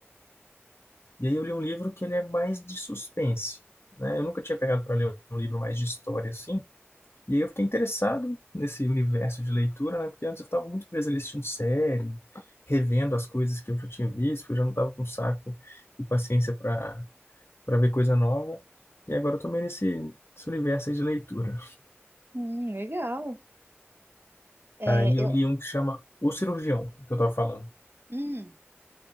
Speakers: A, on the left; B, on the right.
A: E aí eu li um livro que ele é mais de suspense, né? Eu nunca tinha pegado para ler um livro mais de história assim, E aí eu fiquei interessado nesse universo de leitura, né? Porque antes eu estava muito preso ali assistindo série, revendo as coisas que eu já tinha visto, porque eu já não estava com saco e paciência para para ver coisa nova. E agora eu tô meio nesse, nesse universo aí de leitura.
B: Hum, legal. É,
A: Aí eu
B: eu,
A: li um que chama O Cirurgião, que eu tava falando.
B: hum,